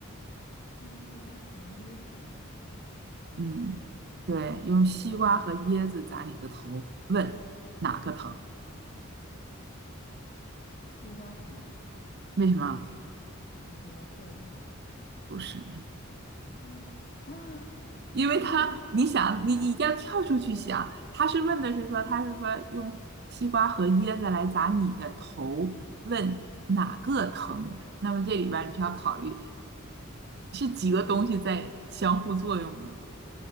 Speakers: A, on the left; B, on the right.
A: 西瓜和椰子砸头，
B: 嗯，对，用西瓜和椰子砸你的头，问哪个疼？
A: 西瓜疼啊？
B: 为什么？
A: 你西瓜碎了吗？
B: 不是。
A: <gasps> 啊啊
B: 因为他，
A: 啊！
B: 你想，你一定要跳出去想，他是问的是说，他是说用西瓜和椰子来砸你的头，问哪个疼？那么这里边儿你就要考虑是几个东西在相互作用呢？